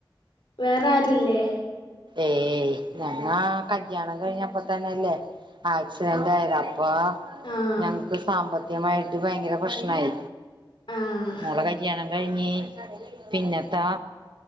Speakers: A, on the left (about 80°); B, on the right (about 65°).
A: വേറെ ആരുല്ലേ
B: ഏയ് ഞങ്ങാ കല്ല്യാണം കഴിഞ്ഞപ്പോ തന്നെല്ലേ ആക്സിഡന്റ് ആയത് അപ്പൊ
A: ആഹ്
B: ഞങ്ങക്ക് സാമ്പത്തികമായിട്ട് ഭയങ്കര പ്രശ്നമായി
A: ആഹ്
B: മോളെ കല്യാണം കഴിഞ്ഞ് പിന്നത്തൊ